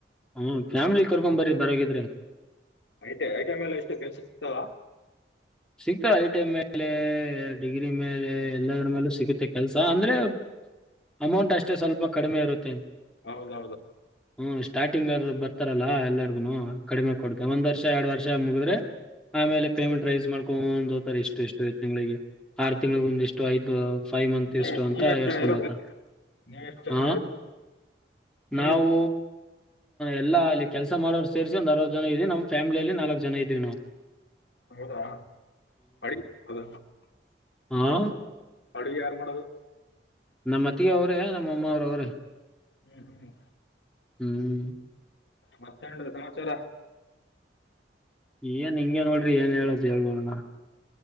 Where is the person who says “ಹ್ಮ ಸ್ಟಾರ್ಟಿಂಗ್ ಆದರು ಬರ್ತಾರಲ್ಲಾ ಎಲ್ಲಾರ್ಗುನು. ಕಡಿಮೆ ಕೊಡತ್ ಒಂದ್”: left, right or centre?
Centre